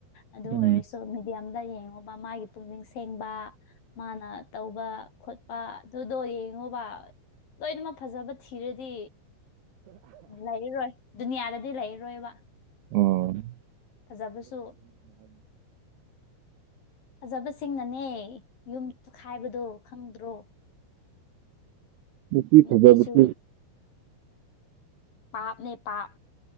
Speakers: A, on the left; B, on the right.
A: ꯑꯗꯨ
B: ꯎꯝ
A: ꯑꯣꯏꯔꯁꯨ ꯃꯦꯗꯤꯌꯝꯗ ꯌꯦꯡꯉꯣꯕ ꯃꯥꯒꯤ ꯄꯨꯛꯅꯤꯡ ꯁꯦꯡꯕ ꯃꯥꯅ ꯇꯧꯕ ꯈꯣꯠꯄ ꯑꯗꯨꯗꯣ ꯌꯦꯡꯉꯣꯕ ꯂꯣꯏꯅꯃꯛ ꯐꯖꯕ ꯊꯤꯔꯗꯤ ꯂꯩꯔꯔꯣꯏ ꯗꯨꯅꯤꯌꯥꯗꯗꯤ ꯂꯩꯔꯔꯣꯏꯕ
B: ꯎꯝ
A: ꯐꯖꯕꯁꯨ ꯐꯖꯕꯁꯤꯡꯅꯅꯦ ꯌꯨꯝ ꯇꯣꯈꯥꯏꯕꯗꯣ ꯈꯪꯗ꯭ꯔꯣ
B: ꯅꯨꯄꯤ
A: ꯅꯨꯄꯤꯁꯨ
B: ꯐꯖꯕꯁꯦ
A: ꯄꯥꯞꯅꯦ ꯄꯥꯞ